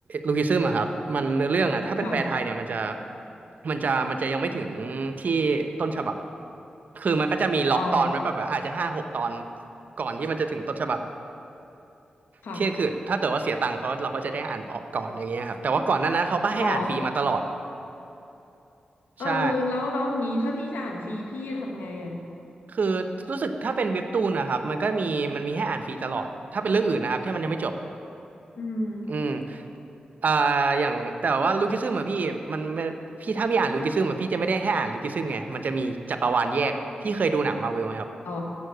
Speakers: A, on the right; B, on the left.
A: ลูคิซึมอะครับมันเนื้อเรื่องอะถ้าเป็นแปลไทยเนี่ยมันจะ
B: ค่ะ
A: มันจะมันจะยังไม่ถึงที่ต้นฉบับคือมันก็จะมีล็อกตอนไว้แบบอาจจะห้าหกตอน
B: อ๋อ
A: ก่อนที่มันจะถึงต้นฉบับ
B: ค่ะ
A: เที่ยคือถ้าเกิดว่าเสียตังค์เขาเราก็จะได้อ่านออกก่อนอย่างเงี้ยครับแต่ว่าก่อนหน้านั้นเขาก็ให้อ่านฟรีมาตลอด
B: อ๋อเออแล้วแล้วอย่างนี้ถ้าพี่จะอ่านฟรีพี่ทำไงอ่ะ
A: ใช่คือรู้สึกถ้าเป็นเว็บตูนนะครับมันก็มีมันมีให้อ่านฟรีตลอดถ้าเป็นเรื่องอื่นนะครับที่มันยังไม่จบ
B: อืม
A: อืม อ่าอย่างแต่ว่าลูคิซึมอะพี่มันมันพี่ถ้าพี่อ่านลูคิซึมอะพี่จะไม่ได้แค่อ่านลูคิซึมไงมันจะมีจักรวาลแยกพี่เคยดูหนังมาร์วลไหมครับ
B: อ๋อ